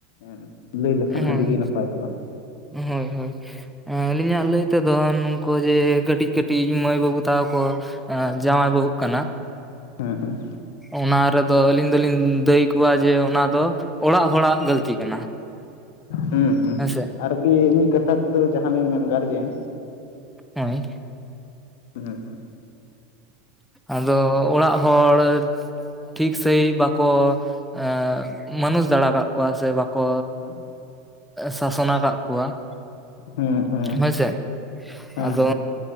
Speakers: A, on the left (about 70°); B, in the centre.
A: ᱮᱱ ᱞᱟᱹᱭ ᱞᱮᱠᱷᱟᱱ
B: ᱦᱳᱭ
A: ᱟᱹᱰᱤ ᱜᱮ ᱱᱟᱯᱟᱭ ᱠᱚᱜᱼᱟ ᱾
B: ᱦᱳᱭ ᱦᱳᱭ ᱮᱸ ᱟᱹᱞᱤᱧᱟᱜ ᱞᱟᱹᱭ ᱛᱮᱫᱚ ᱱᱚᱝᱠᱩ ᱡᱮ ᱠᱟᱹᱴᱤᱡ ᱠᱟᱹᱴᱤᱡ ᱢᱟᱹᱭ ᱵᱟᱹᱵᱩ ᱛᱟᱠᱚ ᱠᱚ ᱡᱟᱶᱟᱭ ᱵᱟᱹᱦᱩᱜ ᱠᱟᱱᱟ ᱾
A: ᱦᱮᱸ ᱦᱮᱸ
B: ᱚᱱᱟ ᱨᱮᱫᱚ ᱟᱹᱞᱤᱧ ᱫᱚᱞᱤᱧ ᱫᱟᱹᱭ ᱠᱚᱣᱟ ᱡᱮ ᱚᱱᱟ ᱫᱚ ᱚᱲᱟᱜ ᱦᱚᱲᱟᱜ ᱜᱟᱞᱛᱤ ᱠᱟᱱᱟ
A: ᱦᱩᱸ
B: ᱦᱮ-ᱥᱮ
A: ᱟᱨᱜᱤ ᱢᱤᱫ ᱠᱟᱛᱷᱟ ᱛᱮᱫᱚ ᱡᱟᱦᱟ ᱵᱮᱱ ᱢᱮᱱ ᱜᱟᱨᱡᱮᱱ
B: ᱦᱳᱭ
A: ᱦᱮᱸ ᱦᱮᱸ
B: ᱟᱫᱚ ᱚᱲᱟᱜ ᱦᱚᱲ ᱴᱷᱤᱠ ᱥᱟᱺᱦᱤᱡ ᱵᱟᱠᱚ ᱮ ᱢᱟᱱᱩᱥ ᱫᱟᱲᱮ ᱠᱟᱜ ᱠᱚᱣᱟ ᱥᱮ ᱵᱟᱠᱚ
A: ᱦᱮᱸ
B: ᱥᱟᱥᱚᱱ ᱠᱟᱜ ᱠᱚᱣᱟ ᱾
A: ᱦᱩᱸ <inaudible>
B: ᱦᱳᱭ ᱥᱮ
A: ᱦᱮ
B: ᱟᱫᱚ